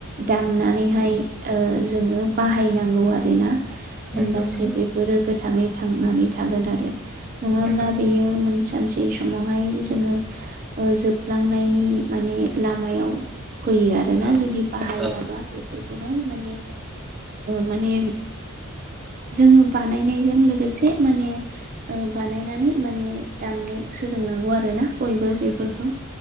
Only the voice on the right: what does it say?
दा उमनानै ओ जोङो बाहायनांगौ आरोना होनबासो
बेफोरो गोद थाङै थांनानै थागोन आरो नङाब्ला
बेयो
सानसे समावहाय जोङो जोबलांनायनि माने लामायाव फैयो आरोना
जुदि बाहायाबा
बेफोरखौहाय माने माने जोङो बानाय बानायनायजों लोगोसे माने बानायनानै माने दामनो सोलोंनांगौ आरो ना बयबो बेफोरखौ